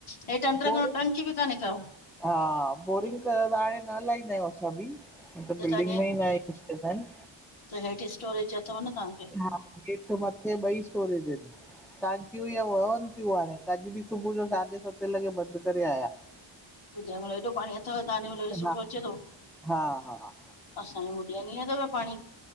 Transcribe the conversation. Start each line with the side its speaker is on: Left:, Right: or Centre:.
Left: हेठ अंडर
Centre: बोरिंग
Left: ग्राऊंड टंकी बि काने का।
Centre: हा बोरिंग कयो त हाणे न लइन्दा आयु असां बि मतिलब
Left: त
Centre: बिल्डिंग
Left: तव्हांजे
Centre: में ई न आ आहेन।
Left: त हेठि स्टोरेज अथव न तव्हांखे
Centre: हा हेठ मथे ॿई। टंक्यू हिय वहनि थियूं हाणे अॼ बि सुबुह जो साढे सतें लॻे बंदि करे आया।
Left: ॿुधाय मतलब हेॾो पाणी अथव तव्हांॾे महिल ॾो
Centre: हा
Left: सुठो अचे थो
Centre: हा हा
Left: असांजे मुॾि न त पाणी।